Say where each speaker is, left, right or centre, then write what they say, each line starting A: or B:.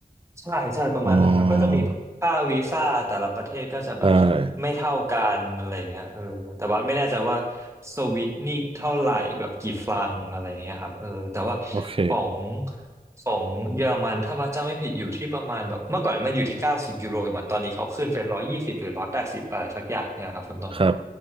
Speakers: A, on the right; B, on the right.
A: ใช่ใช่ประมาณนั้นครับก็จะมีแบบค่าวีซ่าแต่ละประเทศก็จะแบบ
B: อ๋อได้
A: ไม่เท่ากันอะไรเงี้ยเออแต่ว่าไม่แน่ใจว่าสวิตนี่เท่าไหร่แบบกี่ฟรังอะไรเงี้ยครับเออแต่ว่า
B: โอเค
A: ของของเยอรมันถ้าว่าจำไม่ผิดอยู่ที่ประมาณแบบเมื่อก่อนมันอยู่ที่เก้าสิบยูโรเหมือนตอนนี้เขาขึ้นเป็นร้อยยี่สิบหรือร้อยแปดสิบอะไรสักอย่างเนี่ยครับคุณต้น
B: ครับ